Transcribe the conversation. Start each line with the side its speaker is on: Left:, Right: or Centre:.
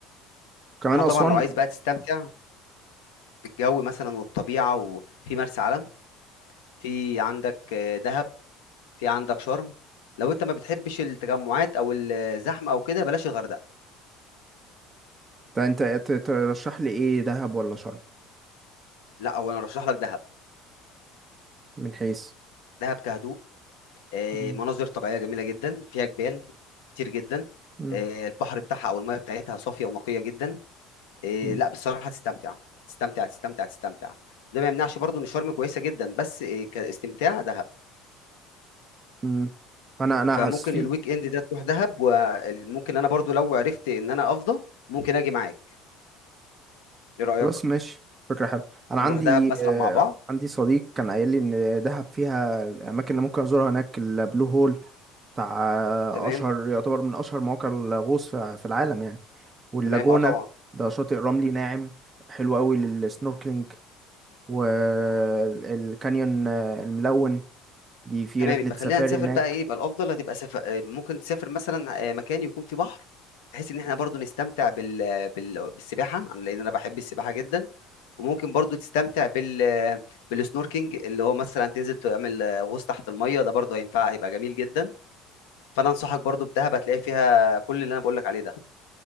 Right: كمان
Left: اما
Right: اسوان
Left: طبعا لو عايز بقى تستمتع بالجو مثلا والطبيعة وفي مرسى علم في عندك آه، دهب في عندك شرم لو انت ما بتحبش التجمعات او الزحمة او كده بلاش الغردقة
Right: طب انت ت- ترشح لي ايه دهب ولا شرم
Left: لا هو انا ارشح لك دهب
Right: من حيث
Left: دهب كهدوء آه،
Right: م-
Left: مناظر طبيعية جميلة جدا فيها جبال كتير جدا
Right: م-
Left: آه، البحر بتاعها أو المياه بتاعتها صافية ونقية جدا آه،
Right: م.
Left: لا بصراحة هتستمتع هتستمتع هتستمتع هتستمتع ده ما يمنعش برضو إن شرم كويسة جدا بس آه، كاستمتاع دهب
Right: مم. انا انا
Left: فممكن
Right: حاسس في
Left: الويك إند ده تروح دهب وممكن أنا برضو لو عرفت إن أنا أفضى ممكن أجي معاك إيه رأيك
Right: خلاص ماشي فكرة حلوة أنا عندي
Left: نروح دهب مثلا
Right: آه،
Left: مع بعض
Right: عندي صديق كان قايل لي إن دهب فيها الأماكن اللي ممكن أزورها هناك البلو هول بتاع آه،
Left: تمام
Right: أشهر يعتبر من أشهر مواقع الغوص في في العالم يعني واللاجونة
Left: تمام أه طبعا
Right: ده شاطئ رملي ناعم حلو قوي للسنوركلينج والكانيون الملون دي في
Left: تمام
Right: رحلة
Left: يبقى
Right: سفاري
Left: خلينا نسافر
Right: هناك
Left: بقى ايه يبقى الافضل هتبقى سفر ممكن تسافر مثلا آه، مكان يكون فيه بحر بحيث ان احنا برضو نستمتع بال... آه، بال... بالسباحه أنا- لان انا بحب السباحه جدا وممكن برضو تستمتع بال آه، بالسنوركينج اللي هو مثلا تنزل تعمل آه، غوص تحت الميه ده برضو هينفع هيبقى جميل جدا فانا انصحك برضو بدهب هتلاقي فيها كل اللي انا بقول لك عليه ده